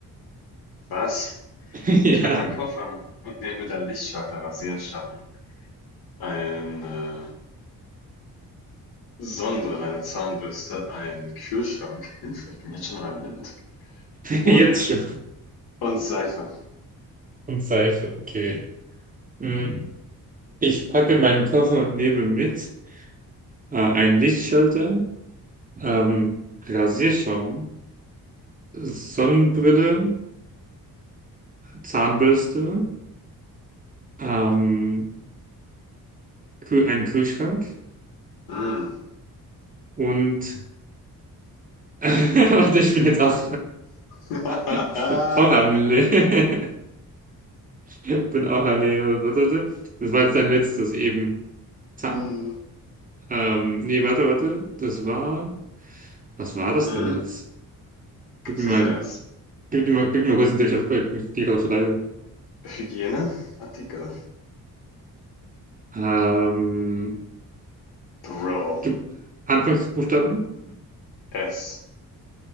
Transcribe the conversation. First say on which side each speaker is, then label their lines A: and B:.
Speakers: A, on the left; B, on the right.
A: Was?
B: <laughs> Ja,
A: Ich packe meinen Koffer und nehme mit dann Lichtschalter, Rasierschaum, eine Sonnenbrille, eine Zahnbürste, einen Kühlschrank. Hilfe, ich bin jetzt schon an meinem Limit. Und,
B: jetzt schon.
A: und Seife.
B: Und Seife, okay. Hm. Ich packe meinen Koffer und nehme mit äh, einen Lichtschalter, ähm, Rasierschaum, Sonnenbrille, Zahnbürste, ähm, Kühl einen Kühlschrank
A: Mm.
B: und... <laughs> Warte, ich bin jetzt auch...
A: <laughs>
B: Ich bin auch am Leben. <laughs> Ich bin auch am Leben. Warte, warte. Das war jetzt dein letztes eben. Za
A: mm.
B: ähm, nee, warte, warte. Das war. Was war das
A: Mm.
B: denn jetzt? Gib
A: Was
B: mir mal,
A: ist denn ernst?
B: gib mir mal, gib mir mal kurz einen Tipp. auf bin dir gerade leider.
A: Hygieneartikel?
B: Ähm,
A: Bro.
B: gib, Anfangsbuchstaben?
A: S.